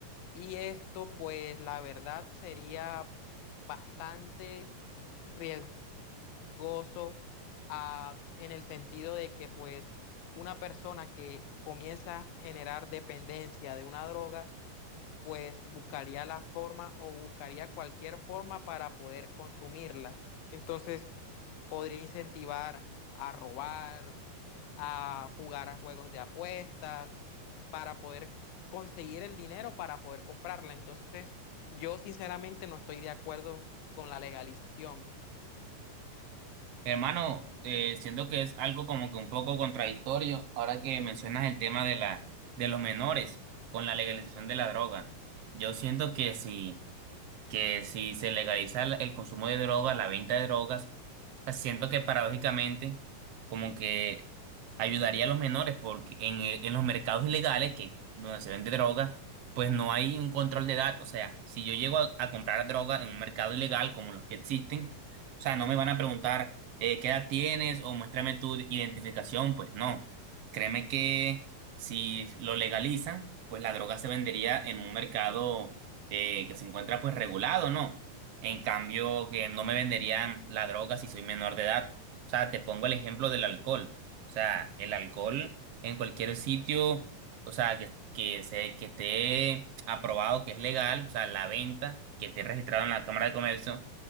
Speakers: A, on the left (about 90°); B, on the right (about 60°).
A: Y esto pues la verdad sería bastante riesgoso gozo ah, en el sentido de que pues una persona que comienza a generar dependencia de una droga, pues buscaría la forma o buscaría cualquier forma para poder consumirla. Entonces podría incentivar a robar, a jugar a juegos de apuestas, para poder conseguir el dinero para poder comprarla. Entonces yo sinceramente no estoy de acuerdo con la legalización.
B: Hermano, eh, siento que es algo como que un poco contradictorio ahora que mencionas el tema de la, de los menores con la legalización de la droga. Yo siento que si, que si se legaliza el el consumo de droga, la venta de drogas, pues siento que paradójicamente como que ayudaría a los menores porque en, eh, en los mercados ilegales que donde se vende droga, pues no hay un control de edad. O sea, si yo llego a, a comprar droga en un mercado ilegal como los que existen, o sea, no me van a preguntar eh, qué edad tienes o muéstrame tu identificación, pues no. Créeme que si lo legalizan, pues la droga se vendería en un mercado eh, que se encuentra pues regulado, ¿no? En cambio, que no me venderían la droga si soy menor de edad. O sea, te pongo el ejemplo del alcohol. O sea, el alcohol en cualquier sitio, o sea, que, que, se, que esté aprobado, que es legal, o sea, la venta, que esté registrado en la Cámara de Comercio,